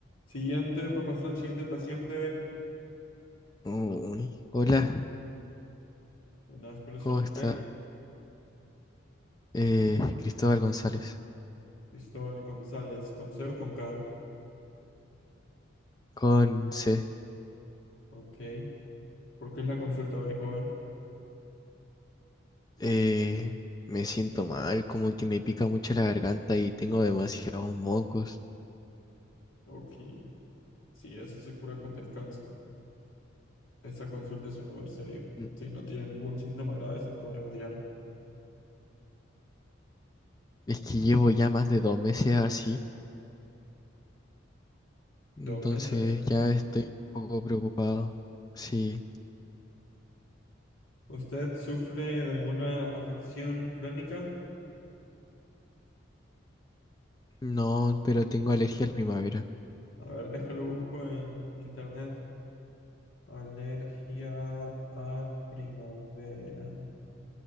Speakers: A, on the left (about 80°); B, on the left (about 20°).
A: Siguiente, puede pasar al siguiente paciente.
B: Uy. Hola,
A: Una vez, ¿cuál es
B: ¿cómo
A: su nombre?
B: está? Eh, Cristóbal González,
A: Cristóbal González, con C o con K.
B: con C.
A: Ok. ¿Por qué es la consulta hoy, joven?
B: Eh, me siento mal, como que me pica mucho la garganta y tengo demasiados mocos.
A: Ok. Sí, eso se cura con descanso. Esta consulta es un lugar serio.
B: Mm,
A: Si no tiene ningún síntoma grave, se puede retirar.
B: Es que llevo ya más de dos meses así, entonces
A: Dos meses.
B: ya estoy un poco preocupado. Sí,
A: ¿Usted sufre de alguna afección crónica?
B: no, pero tengo alergia a la primavera.
A: A ver, déjalo busco en internet. Alergia a primavera.